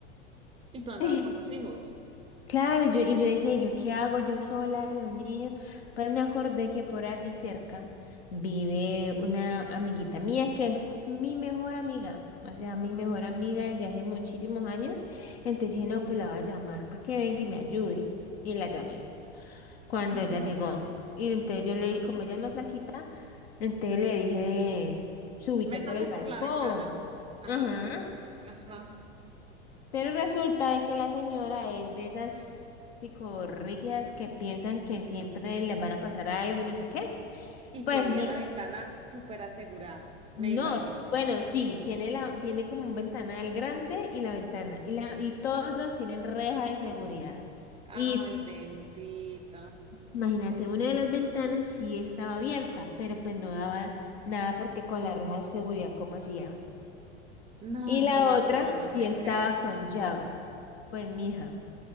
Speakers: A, on the right (about 15°); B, on the left (about 60°).
A: Y tú andabas
B: <laughs>
A: con tus hijos.
B: Claro, y yo, y yo decía, ¿y yo qué hago yo sola y los niños? Pues me acordé que por allí cerca vive una amiguita mía que es mi mejor amiga, o sea, mi mejor amiga desde hace muchísimos años. Entonces yo dije,
A: Sí.
B: no, pues la voy a llamar para que venga y me ayude. Y la llamé cuando
A: Ujú.
B: ella llegó. Y entonces yo le dije, como ella es más flaquita, entonces le dije, súbite
A: Métase
B: por el balcón.
A: por la ventana. Ajá,
B: Ajá.
A: ok. Ajá.
B: Pero resulta de que la señora es de esas psicorrígidas que piensan que siempre les van a pasar algo y no sé qué.
A: Y
B: Pues
A: tenía
B: mija,
A: la ventana súper asegurada, me
B: no,
A: imagino.
B: bueno, sí, tiene la, tiene como un ventanal grande y la ventana, y la, y todos dos tienen reja de seguridad. Y
A: Ay, bendita.
B: imagínate, una de las ventanas sí estaba abierta, pero pues no daba nada porque con la reja de seguridad, ¿cómo hacía?
A: No,
B: Y
A: no,
B: la
A: no,
B: otra
A: no, no, no
B: sí
A: te
B: estaba
A: creo.
B: con llave. Pues mija.